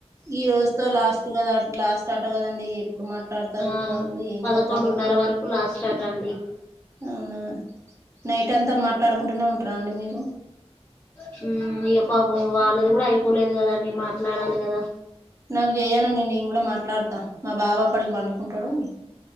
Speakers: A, on the right; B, on the left.
A: ఈ రోజుతో లాస్ట్ కదా ల లాస్ట్ ఆట కదండి ఇప్పుడు మాట్లాడతారు
B: ఆ
A: వాళ్ళు ఏం
B: పదకొండున్నర
A: కథ
B: వరకు లాస్ట్ అట అండి
A: అవునా నైట్ అంతా మాట్లాడుకుంటూనే ఉంటారా అండి మీరు
B: హు ఇగా పాపం వాళ్ళది కూడా అయిపోలేదు కదండి మాట్లాడాలి కదా
A: నాకు చెయను నేను కూడా మాట్లాడతా మా బాబా అప్పడికి పండుకుంటాడు